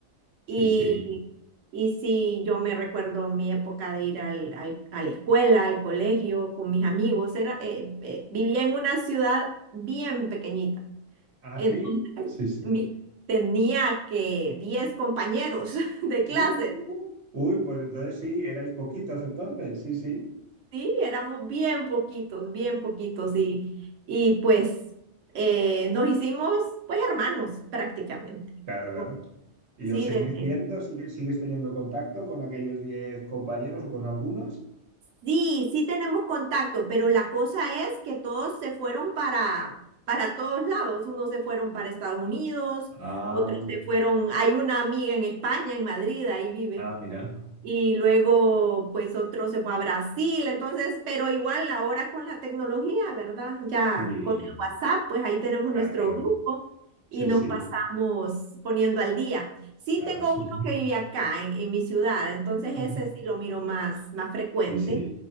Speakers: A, on the right; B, on the right.
A: sí,
B: y,
A: sí.
B: y sí, yo me recuerdo mi época de ir al, al- a la escuela, al colegio, con mis amigos. Era, eh, eh, vivía en una ciudad bien pequeñita.
A: ¿Ah,
B: Entonces,
A: sí? Sí, sí.
B: mi- tenía que 10 compañeros <laughs> de clase.
A: Uh, uy, pues entonces sí, erais poquitos entonces, sí, sí.
B: Sí, éramos bien poquitos, bien poquitos. Y, y pues eh, nos hicimos pues hermanos prácticamente.
A: Claro, claro.
B: Pues,
A: ¿Y
B: sí,
A: os seguís
B: desde,
A: viendo? ¿Sigues, sigues teniendo contacto con aquellos 10 compañeros o con algunos?
B: Sí, sí tenemos contacto, pero la cosa es que todos se fueron para, para todos lados. Unos se fueron para Estados Unidos,
A: Ah,
B: otros se fueron, hay una amiga en España, en Madrid, ahí vive.
A: ah, mira.
B: Y luego, pues otro se fue a Brasil, entonces, pero igual ahora con la tecnología, ¿verdad? Ya
A: Sí,
B: con el WhatsApp, pues ahí tenemos
A: Claro,
B: nuestro
A: claro.
B: grupo
A: sí,
B: y nos
A: sí.
B: pasamos poniendo al día. Sí
A: Claro,
B: tengo
A: sí,
B: uno
A: sí.
B: que vive acá en, en mi ciudad, entonces
A: Ujú.
B: ese sí lo miro más, más frecuente.
A: Sí, sí,